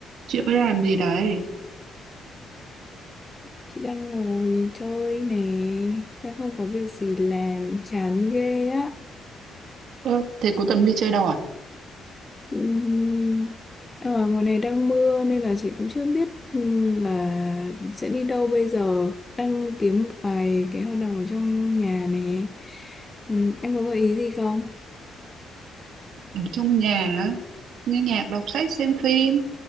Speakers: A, on the right; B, on the left.
A: Chị mới làm gì đấy?
B: Chị đang ngồi chơi nè, đang không có việc gì làm, chán ghê á.
A: Ơ, thế cuối tuần đi chơi đâu à?
B: Ừm, Ở ngoài này đang mưa nên là chị cũng chưa biết ừm, là sẽ đi đâu bây giờ. Đang kiếm một vài cái hoạt động ở trong nhà nè. Ừm, Em có gợi ý gì không?
A: Ở trong nhà, á, nghe nhạc, đọc sách, xem phim.